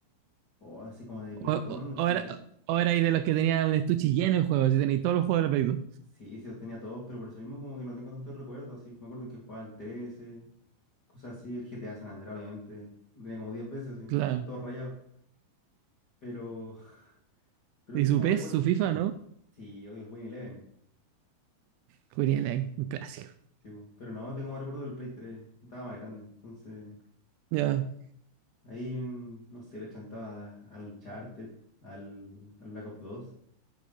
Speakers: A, on the left; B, on the right.
A: O así como de Play
B: O,
A: 2
B: o-
A: no,
B: o era,
A: tenía
B: o era ahí de los que tenía un estuche lleno de juegos, y tenéis todos los juegos de la Play dos.
A: Sí, sí, los tenía todos, pero por eso mismo como que no tengo tantos recuerdos, así. Me acuerdo que jugaba al 13, cosas así, el GTA San Andreas, obviamente. Lo tenía como 10 veces, así,
B: Claro.
A: todo rayado. Pero, <laughs> pero
B: ¿Y
A: tengo
B: su
A: más
B: PES,
A: recuerdos.
B: su FIFA, no?
A: Sí, obvio, el Win Eleven.
B: Jugaría online, un clásico.
A: Sí, po. pero no, tengo más recuerdos del Play 3. Estaba más grande. Entonces,
B: Ya.
A: ahí, mm, no sé, le chantaba al Uncharted, al, al Black Ops 2.